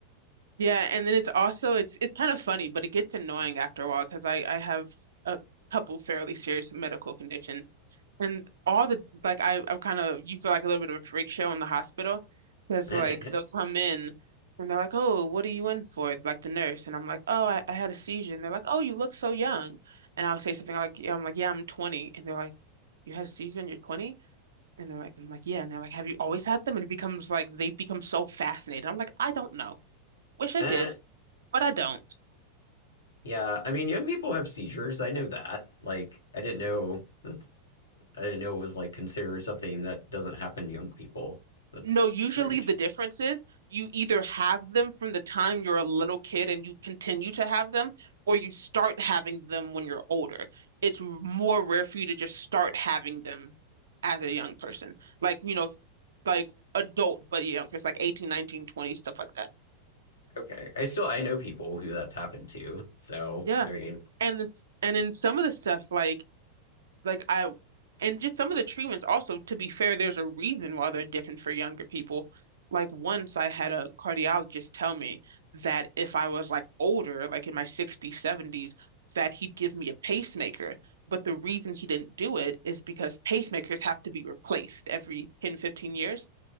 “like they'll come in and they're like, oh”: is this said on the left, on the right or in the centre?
Right